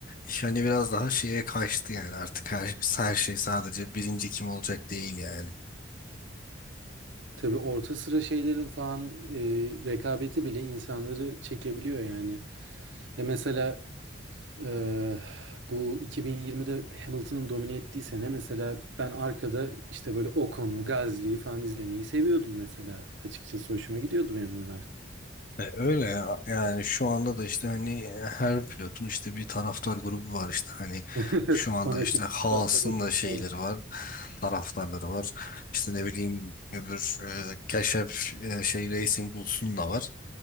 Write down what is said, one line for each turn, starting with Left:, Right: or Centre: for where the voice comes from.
Left: iş hani biraz daha şeye kaçtı yani artık her, her şey sadece birinci kim olacak değil yani.
Right: <laughs> Tabii orta sıra şeylerin falan e, rekabeti bile insanları çekebiliyor yani. Ya mesela e, bu 2020'de Hamilton'ın domine ettiği sene mesela ben arkada işte böyle Ocon'u, Gasly'yi falan izlemeyi seviyordum mesela. Açıkçası hoşuma gidiyordu benim bunlar. <laughs>
Left: E, Öyle ya. yani şu anda da işte hani e, her pilotun işte bir taraftar grubu var işte hani
Right: Evet,
Left: şu anda
Right: fanatik.
Left: işte Haas'ın
Right: Bak, evet.
Left: da şeyleri
Right: Evet.
Left: var taraftarları var işte ne bileyim öbür e, Keşef e, şey Racing Bulls'un da var